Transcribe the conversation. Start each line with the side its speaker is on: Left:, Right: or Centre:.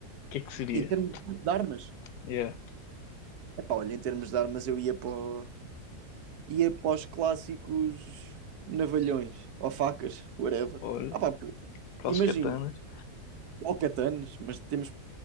Left: que é que seria?
Right: Em termos de armas,
Left: Yeah.
Right: é pá, olha, em termos de armas eu ia para. o- ia para os clássicos navalhões ou facas, whatever.
Left: Olha,
Right: Ah, pá, porque-
Left: aquelas
Right: imagino,
Left: katanas.
Right: ou katanas, mas temos,